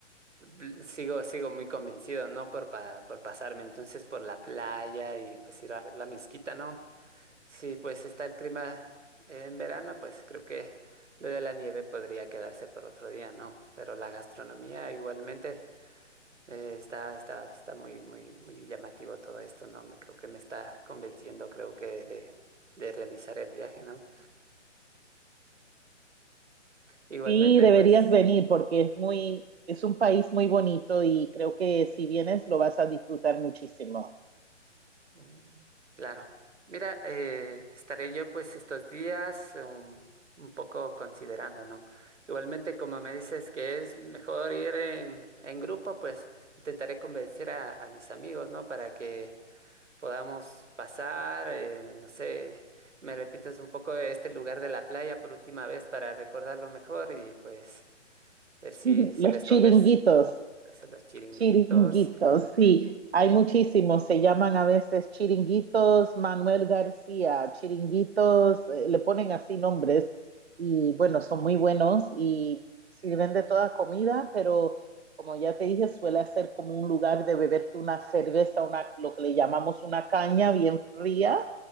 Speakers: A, on the right; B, on the right.
A: bl- sigo, sigo muy convencido, ¿no? Por, pa- por pasarme entonces por la playa y pues ir a ver la mezquita, ¿no? Si pues está el clima en verano, pues creo que lo de la nieve podría quedarse por otro día, ¿no? Pero la gastronomía igualmente eh, está, está, está muy, muy, muy llamativo todo esto, ¿no? Me, creo que me está convenciendo, creo que de, de realizar el viaje, ¿no? Igualmente,
B: Sí, deberías
A: pues.
B: venir porque es muy, es un país muy bonito y creo que si vienes lo vas a disfrutar muchísimo.
A: Mm, Claro. Mira, eh, estaré yo pues estos días um, un, poco considerando, ¿no? Igualmente, como me dices que es mejor ir en, en grupo, pues intentaré convencer a, a mis amigos, ¿no? Para que podamos pasar, eh, no sé, me repitas un poco este lugar de la playa por última vez para recordarlo mejor y pues ver si,
B: <laughs>
A: si
B: Los
A: les
B: chiringuitos.
A: convence. Hacer los chiringuitos
B: Chiringuitos, sí, hay muchísimos, se llaman a veces chiringuitos Manuel García, chiringuitos, eh, le ponen así nombres y bueno, son muy buenos y sirven de toda comida, pero como ya te dije, suele ser como un lugar de beberte una cerveza, una, lo que le llamamos una caña bien fría